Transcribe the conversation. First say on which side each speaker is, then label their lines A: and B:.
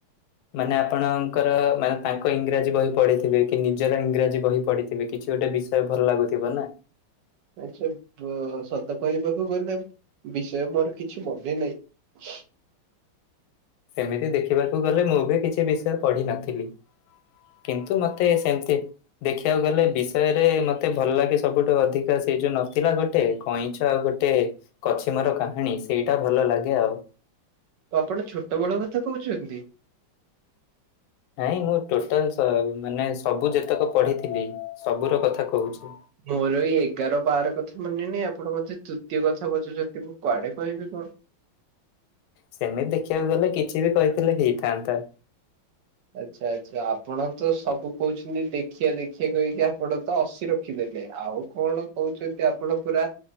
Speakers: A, on the left; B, on the right.
A: ମାନେ ଆପଣଙ୍କର ମାନେ ତାଙ୍କ ଇଂରାଜୀ ବହି ପଢିଥିବେକି ନିଜର ଇଂରାଜୀ ବହି ପଢିଥିବେ କିଛି ଗୋଟେ ବିଷୟ ଏବେ ଭଲ ଲାଗୁଥିବନା
B: ଆଛା ସତ କରିବାକୁ ଗଲେ ବିଷୟ ମୋର କିଛି ମନେ ନାହିଁ।
A: ଏମିତି ଦେଖିବାକୁ ଗଲେ ମୁଁ ବି କିଛି ବିଷୟ ପଢିନଥିଲି। କିନ୍ତୁ ମତେ ସେମତି ଦେଖିବାକୁ ଗଲେ ବିଷୟରେ ମତେ ଭଲ ଲାଗେ ସବୁଠୁ ଅଧିକା ସେଇ ଯୋଉ ନଥିଲା ଗୋଟେ କଇଁଛ ଆଉ ଗୋଟେ କଛିମର କାହାଣୀ ସେଇଟା ଭଲ ଲାଗେ ଆଉ।
B: ତ ଆପଣ ଛୋଟବେଳ କଥା କହୁଛନ୍ତି।
A: ନାଇଁ ମୁଁ ଟୋଟାଲ୍ ସ ଉ ମାନେ ସବୁ ଯେତକ ପଢିଥିଲି ସବୁର କଥା କହୁଛି।
B: ମୋର ଏଇ ଏଗାର ବାର କଥା ମନେନାହିଁ ଆପଣ ମତେ ତୃତୀୟ କଥା ବୁଝୁଛନ୍ତି ମୁଁ କୁଆଡେ କହିବି କଣ।
A: ସେମିତି ଦେଖିବାକୁ ଗଲେ କିଛି ବି କହିଥିଲେ ହେଇଥାନ୍ତା।
B: ଆଚ୍ଛା ଆଚ୍ଛା ଆପଣ ତ ସବୁ କହୁଛନ୍ତି ଦେଖିଆ ଦେଖିଆ କହିକି ଆପଣ ତ ଅଶି ରଖିଦେଲେ ଆଉ କଣ କହୁଛନ୍ତି ଆପଣ ପୁରା